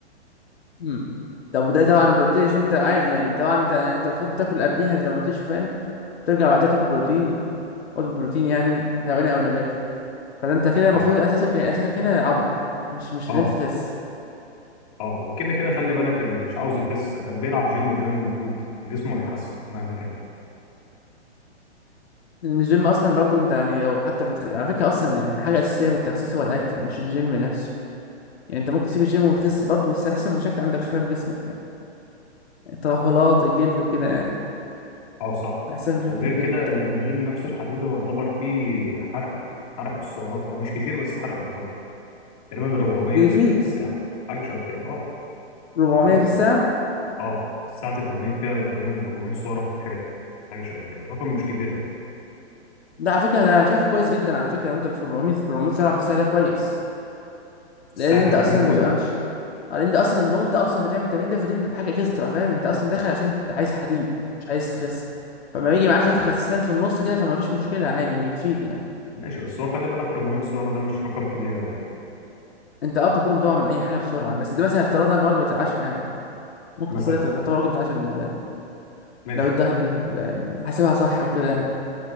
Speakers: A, on the left; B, on the left.
A: امم طب ده طبعا انت قلت لي عشان انت عادي يعني انت طبعا انت انت المفروض بتاكل قبليها زي ما قلت لي شوفان وترجع بعدها تاكل بروتين وجبه بروتين يعني حيواني او نباتي فده انت كده المفروض
B: صح
A: اساسك اساسك هنا عضل مش مش
B: اه
A: اللي انت تخس
B: اه وكده كده خلي بالك اللي مش عاوز يخس ده بيلعب جيم وبيعمل مجهود جسمه هيتحسن مهما كان
A: لأن الجيم اصلا برضو انت يعني لو حتى بتخ... على فكره اصلا يعني حاجه اساسيه من التخسيس هو الاكل مش الجيم نفسه يعني انت ممكن تسيب الجيم وتخس برضو بس هيحصل مشاكل عندك شويه في جسمك يعني ترهلات الجلد وكده يعني
B: اه صح
A: هيحصل لك مشاكل
B: وغير
A: في الجلد
B: كده الجيم نفسه الحديد هو يعتبر فيه حرق حرق السعرات هو مش كتير بس حرق يعتبر تقريبا 400
A: بيفيد
B: في الساعة حاجة شبه كده اه
A: 400
B: مفيد
A: في
B: طبعا
A: الساعه
B: اه ساعة التمرين فيها تقريبا 400 سعرة بتتحرق حاجة شبه كده رقم مش كبير قوي
A: ده على فكره انا شايفه كويس جدا على فكره لو انت في 400 في 400 سرعه في الساعه ده كويس
B: ساعة
A: لان انت
B: التمرين
A: اصلا
B: كله
A: بتبقى مش لان ده اصلا لو انت اصلا بتعمل التمرين ده فدي بتبقى حاجه اكسترا فاهم انت اصلا داخل عشان انت عايز حديد مش عايز تخس فما بيجي معاه شويه خسسان في النص كده فما فيش مشكله عادي بتفيد يعني
B: ماشي بس هو خلي بالك 400 سعرة ده مش رقم كبير قوي يعني
A: انت اه بتاكلهم طبعا من اي حاجه بسرعه بس ده مثلا افترضنا ان وجبه العشاء يعني ممكن
B: مثلا
A: تاكلها تعتبر
B: اه
A: وجبه عشاء بالنسبه لك
B: ماشي
A: لو انت واحد بت- بت- حاسبها صح وكده يعني.